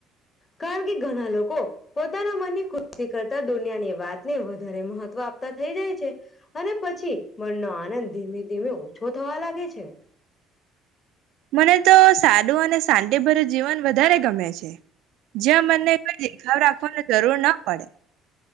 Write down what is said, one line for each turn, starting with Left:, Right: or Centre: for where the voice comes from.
Left: કારણ કે ઘણા લોકો પોતાના મનની ખુશી કરતા દુનિયાની વાતને વધુ ઘરે મહત્વ આપતા થઈ જાય છે અને પછી મનનો આનંદ ધીમે-ધીમે ઓછો થવા લાગે છે.
Right: મને તો સારું અને શાંતિભર્યુ જીવન વધારે ગમે છે. જ્યાં મનને કોઈ દેખાવ રાખવાનો જરૂર ના પડે.